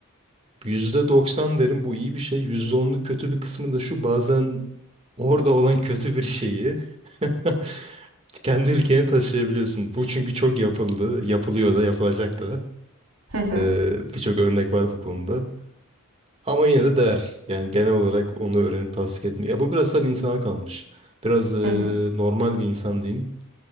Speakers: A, on the right; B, on the right.
A: yüzde doksan derim bu iyi bir şey. %10'luk kötü bir kısmı da şu bazen orada olan kötü bir şeyi <laughs> Kendi ülkeni taşıyabiliyorsun. Bu çünkü çok yapıldı, yapılıyor da, yapılacak da.
B: Hı hı.
A: Ee, birçok örnek var bu konuda. Ama yine de değer. Yani genel olarak onu öğrenip tasdik etmiyor. Ya bu biraz tabii insana kalmış. Biraz e,
B: Hı hı.
A: normal bir insan diyeyim.